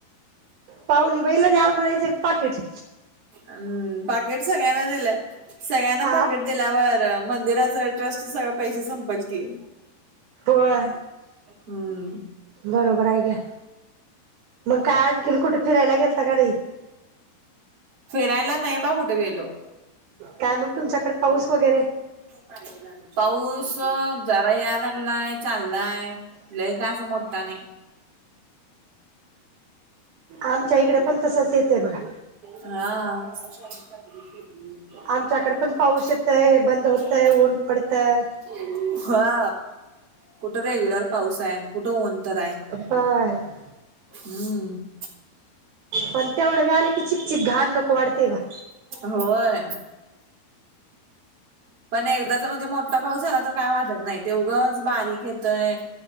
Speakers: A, on the right (about 70°); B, on the right (about 40°).
A: पवणी बाईला द्या म्हणायचं एक पाकीट
B: हू पाकीट सगळ्यांना दिल सगळ्यांना
A: आ
B: पाकीट दिल्यावर मंदिराच ट्रस्ट सगळ पैस संपल की.
A: होय.
B: हम.
A: बरोबर आहे घ्या. मग काय आणखीन कुठे? फिरायला गेलता का? नाही.
B: फिरायला नाही. बा कुठे गेलो
A: काय? मग तुमच्याकडे पाऊस वगैरे.
B: पाहिजे. पाऊस जरा याय लागलाय चाललाय लय का असा मोठ्ठा नाही.
A: आमच्या इकडे पण तसंच येतेय बघा.
B: हा. <unintelligible>
A: आमच्याकडे पण पाऊस येतय बंद होतय ऊन पडतय
B: हा कुठे? रेग्युलर पाऊस आहे कुठं? उन तर आहे.
A: बाय <unintelligible>
B: हम्म.
A: पण तेवढं व आले की चिकचिक घाण नको वाढते बा.
B: होय पण एकदाचा म्हणजे मोठा पाऊस झाला तर काय वाढत नाही तेऊगच बारीक येतंय.